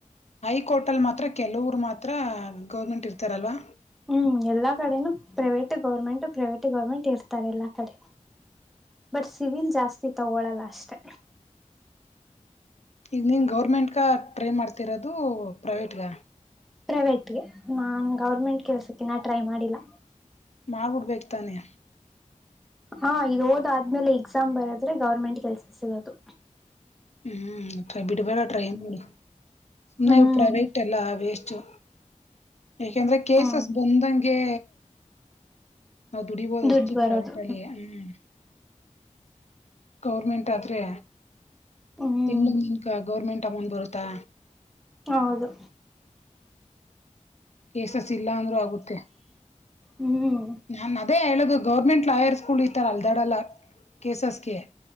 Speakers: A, on the left (about 55°); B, in the centre.
A: ಹೈ ಕೋರ್ಟಲ್ ಮಾತ್ರ ಕೆಲವರು ಮಾತ್ರ ಗೌರ್ಮೆಂಟ್ ಇರ್ತಾರಲ್ವಾ.
B: ಹ್ಮ್ ಎಲ್ಲಾ ಕಡೆನು ಪ್ರೈವೇಟು ಗೌರ್ಮೆಂಟು ಪ್ರೈವೇಟು ಗೌರ್ಮೆಂಟು ಇರ್ತಾರೆ ಎಲ್ಲಾ ಕಡೆ.
A: ಹ.
B: ಬಟ್ ಸಿವಿಲ್ ಜಾಸ್ತಿ ತಗೊಳಲ್ಲ ಅಷ್ಟೆ.
A: ಈಗ ನೀನು ಗೌರ್ಮೆಂಟ್ಗ ಟ್ರೈ ಮಾಡ್ತಿರೋದು ಪ್ರೈವೇಟ್ಗ.
B: ಪ್ರೈವೇಟ್ಗೆ ನಾನ್ ಗೌರ್ಮೆಂಟ್ ಕೆಲ್ಸಕ್ಕಿನ್ನ ಟ್ರೈ ಮಾಡಿಲ್ಲ.
A: ಮಾಡ್ಬಿಡ್ಬೇಕ್ ತಾನೇ.
B: ಹಾ ಇದು ಓದ್ ಆದ್ಮೇಲೆ ಎಕ್ಸಾಮ್ ಬರದ್ರೆ ಗೌರ್ಮೆಂಟ್ ಕೆಲ್ಸ ಸಿಗೋದು.
A: ಹ್ಮ್ ಬಿಡ್ಬೇಡ ಟ್ರೈಯಲ್ ನಿಂದು ಸುಮ್ನೆ
B: ಹ್ಮ್
A: ಇ ಪ್ರೈವೇಟ್ ಎಲ್ಲ ವೇಸ್ ಟು ಯಾಕೆಂದ್ರೆ ಕೇಸಸ್
B: ಹ್ಮ್
A: ಬಂದಂಗೆ ನಾವು ದುಡಿಬೋದು
B: ದುಡ್ಡು
A: ಅಷ್ಟೆ
B: ಬರೋದು
A: ಪ್ರೈವೇಟ್ ಅಲ್ಲಿ ಹ್ಮ್. ಗೌರ್ಮೆಂಟ್ ಆದ್ರೆ
B: ಹ್ಮ್
A: ಇನ್ನು ನಿನ್ಕ ಗೌರ್ಮೆಂಟ್ ತಗೊಂಡ್ ಬರುತ್ತಾ.
B: ಹೌದು.
A: ಕೇಸಸ್ ಇಲ್ಲ ಅಂದರು ಆಗುತ್ತೆ
B: ಹ್ಮ್
A: ನಾನ್ ಅದೇ ಹೇಳೋದು ಗೌರ್ಮೆಂಟ್ ಲಾಯರ್ ಗಳು ಈ ತರ ಅಲ್ದಾಡಲ್ಲ. ಕೇಸಸ್ಗೆ